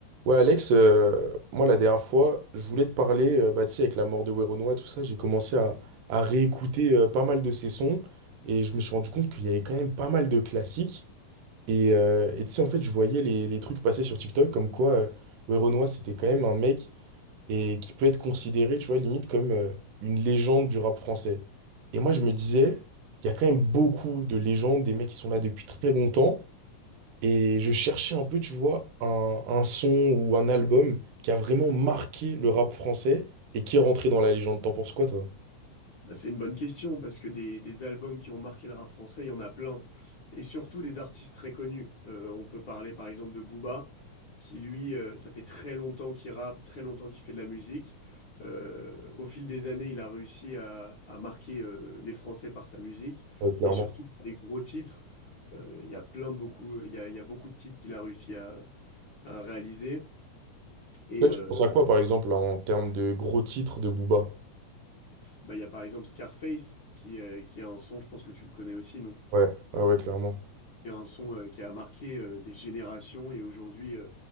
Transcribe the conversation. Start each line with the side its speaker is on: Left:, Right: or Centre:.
Right: Ouais, Alex, euh, moi la dernière fois, je voulais te parler, euh, bah, tu sais, avec la mort de Werenoi, tout ça, j'ai commencé à, à réécouter euh, pas mal de ses sons et je me suis rendu compte qu'il y avait quand même pas mal de classiques. Et euh, et tu sais, en fait, je voyais les, les trucs passer sur TikTok comme quoi euh, Werenoi, c'était quand même un mec et qui peut être considéré, tu vois, limite comme euh, une légende du rap français. Et moi, je me disais, il y a quand même beaucoup de légendes, des mecs qui sont là depuis très longtemps. Et je cherchais un peu, tu vois, un, un son ou un album qui a vraiment marqué le rap français et qui est rentré dans la légende. T'en penses quoi, toi?
Left: Bah, C'est une bonne question parce que des, des albums qui ont marqué le rap français, il y en a plein. Et surtout des artistes très connus. Euh, on peut parler par exemple de Booba, qui lui, euh, ça fait très longtemps qu'il rappe, très longtemps qu'il fait de la musique. Euh, au fil des années, il a réussi à, à marquer euh, les Français par sa musique.
Right: Ouais, clairement.
Left: Et surtout des gros titres. Euh, Il y a plein de beaucoup, euh, il y a, il y a beaucoup de titres qu'il a réussi à, à réaliser. Et
Right: Toi,
Left: euh,
Right: tu penses à quoi, par exemple, là, en termes de gros titres de Booba?
Left: bah, il y a par exemple Scarface, qui, euh, qui a un son, je pense que tu le connais aussi, non?
Right: Ouais, ouais, ouais, clairement.
Left: qui est un son euh, qui a marqué euh, des générations et aujourd'hui euh,